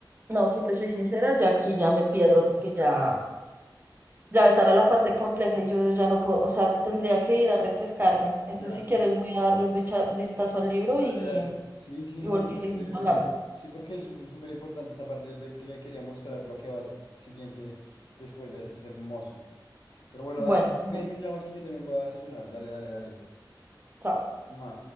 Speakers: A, on the right; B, on the left.
A: No, si te soy sincera, ya aquí ya me pierdo porque ya. Ya estará la parte compleja y yo ya no puedo. O sea, tendría que ir a refrescarme. Entonces,
B: Ya,
A: si quieres, voy a darle un bicha- vistazo al libro
B: dale,
A: y,
B: dale. Sí, sí,
A: y,
B: no.
A: vol- y seguimos
B: eh,
A: hablando.
B: sí, porque es su- súper importante esta parte, yo te quería, quería mostrar lo que va siguiente después de esto, es hermoso. Pero bueno,
A: Bueno,
B: dale,
A: bueno,
B: me, me llamas que yo también voy a desayunar, dale, dale, dale.
A: chao.
B: Mua.